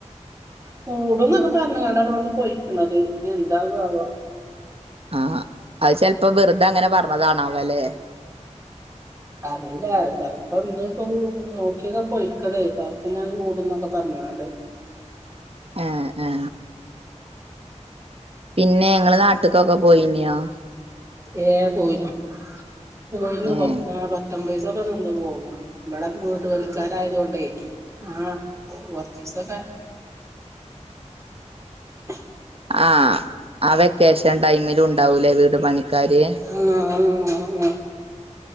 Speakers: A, on the right; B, on the right.
A: കൂടുന്നൊക്കെ പർഞ്ങാണ്ടാണ് ഇവട്ന്ന് പൊയ്ക്ക്ണത് ഇനി എന്താവു ആവോ
B: ആഹ് അത് ചെൽപ്പം വെർതെ അങ്ങനെ പറഞ്ഞതാണാവലെ
A: അറീല്ല ചെൽപ്പം ഇന്ന്പ്പം നോക്ക്യൊക്കെ പോയിക്ക്ണ് <unintelligible> ഞാൻ കൂടന്നൊക്കെ പറഞ്ങാണ്ട്
B: ആഹ് ആ പിന്നെ ഇങ്ങള് നാട്ട്ക്കൊക്കെ പോയിന്യോ ആഹ
A: ഏ പോയിന്നു പോയിന്നു
B: ഏഹ്
A: പ പത്തൊമ്പീസം ക്കെ നിന്നു പോന്നു വെടെ വീഡ് പണിക്കാരായതോണ്ടേ ആഹ് വൊർച്ചീസൊക്കെ <unintelligible>
B: ആ ആ വെക്കേഷൻ ടൈമിലു ണ്ടാവൂലെ വീ ട് പണിക്കാര്
A: ആഹ് ആഹ്